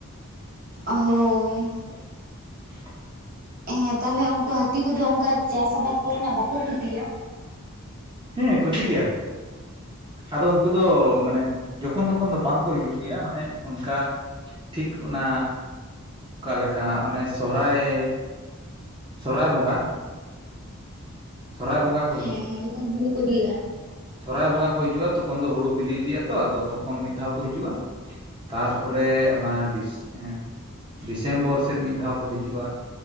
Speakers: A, on the right; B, on the right.
A: ᱚ ᱦᱳᱭ᱾
B: <inaudible>
A: ᱦᱮᱸ ᱛᱟᱦᱚᱞᱮ ᱩᱱᱠᱩ ᱦᱟᱹᱛᱤ ᱠᱚᱫᱚ ᱚᱱᱠᱟ ᱪᱟᱥ ᱟᱵᱟᱛ ᱠᱚᱨᱮ ᱱᱟᱜ ᱵᱟᱠᱚ ᱠᱷᱩᱛᱤᱭᱟ?
B: ᱦᱮᱸ ᱠᱷᱚᱛᱤᱭ ᱜᱮᱭᱟ, ᱟᱫᱚ ᱩᱱᱠᱩ ᱫᱚ
A: ᱦᱮᱸ
B: ᱢᱟᱱᱮ ᱡᱚᱠ ᱛᱚᱠᱷᱚᱱ ᱛᱚᱠᱷᱚᱱ ᱫᱚ ᱵᱟᱝ ᱠᱚ ᱦᱤᱡᱩᱜ ᱜᱮᱭᱟ ᱢᱟᱱᱮ ᱚᱱᱠᱟ ᱴᱷᱤᱠ ᱚᱱᱟ ᱚᱠᱟᱞ ᱮᱠᱟ ᱚᱱᱮ ᱥᱚᱦᱨᱟᱭ ᱥᱚᱨᱦᱟᱭ ᱵᱚᱸᱜᱟ, ᱥᱚᱨᱦᱟᱭ ᱵᱚᱸᱜᱟ ᱠᱚ
A: ᱦᱮᱸ
B: ᱦᱤᱡᱩᱜ-ᱟ᱾
A: ᱡᱚᱠᱷᱚᱱ ᱦᱩᱲᱩ ᱠᱚ ᱵᱤᱞᱤᱜᱼᱟ
B: ᱥᱚᱦᱨᱟᱭ ᱵᱚᱸᱜᱟ ᱠᱚ ᱦᱤᱡᱩᱜ-ᱟ ᱛᱚᱠᱷᱚᱱ ᱫᱚ ᱦᱩᱲᱩ ᱵᱮᱞᱮ ᱤᱫᱤᱜ-ᱟ ᱛᱚ ᱟᱫᱚ ᱛᱚᱠᱷᱚᱱ ᱢᱤᱫ ᱫᱷᱟᱣ ᱠᱚ ᱦᱤᱡᱩᱜ-ᱟ᱾ ᱛᱟᱨᱯᱚᱨᱮ ᱚᱱᱟ ᱰᱤᱥ ᱮᱸ ᱰᱤᱥᱮᱢᱵᱚᱨ ᱥᱮᱫ ᱢᱤᱫ ᱫᱷᱟᱣ ᱠᱚ ᱦᱤᱡᱩᱜ-ᱟ᱾